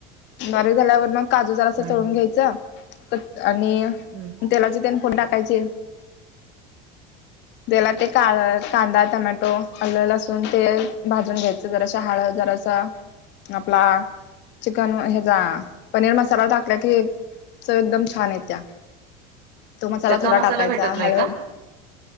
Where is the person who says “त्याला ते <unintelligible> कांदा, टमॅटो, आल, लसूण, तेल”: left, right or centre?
Left